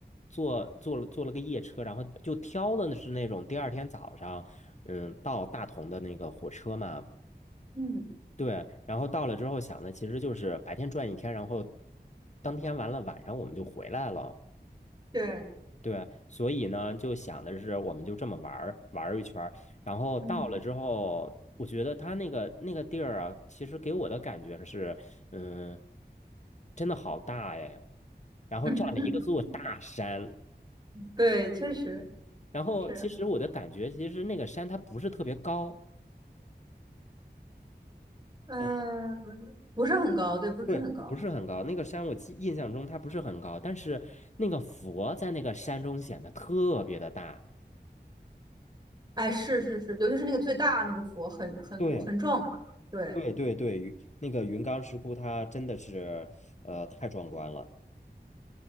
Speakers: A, on the left; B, on the right.
A: 坐坐了坐了个夜车，然后就挑的是那种第二天早上，嗯，到大同的那个火车嘛，
B: 嗯，
A: 对，然后到了之后想的其实就是白天转一天，然后当天完了晚上我们就回来了。
B: 对，
A: 对，所以呢，就想的是，我们就这么玩儿玩儿一圈儿，然后到了之后，
B: 嗯
A: 我觉得他那个那个地儿啊，其实给我的感觉是，嗯，真的好大哎，然后占了一个座大山，
B: <laughs> 对，确实
A: 然后其实我的感觉，
B: 是。
A: 其实那个山它不是特别高，
B: 嗯，
A: 嗯，
B: 不是很高，对，不是很高。
A: 对，不是很高，那个山我记印象中它不是很高，但是那个佛在那个山中显得特别的大，
B: 哎，是是是，尤其是那个最大那个佛，很很古很壮观对，
A: 对。对对对，云那个云冈石窟它真的是呃太壮观了。